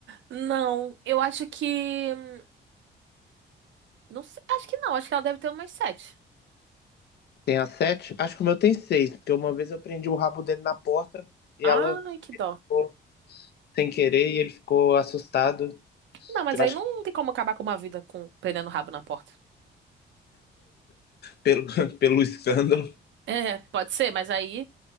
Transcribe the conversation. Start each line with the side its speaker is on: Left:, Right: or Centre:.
Right: Não, eu acho que. hum, Não sei, acho que não, acho que ela deve ter umas sete.
Left: Tem a sete? Acho que o meu tem seis, porque uma vez eu prendi o rabo dele na porta e
Right: Ai,
Left: ela
Right: que dó.
Left: ficou sem querer e ele ficou assustado.
Right: Não, mas
Left: Eu
Right: aí
Left: acho
Right: não
Left: que
Right: tem como acabar com uma vida com pegando o rabo na porta.
Left: Pelo, <laughs> pelo escândalo.
Right: É, pode ser, mas aí.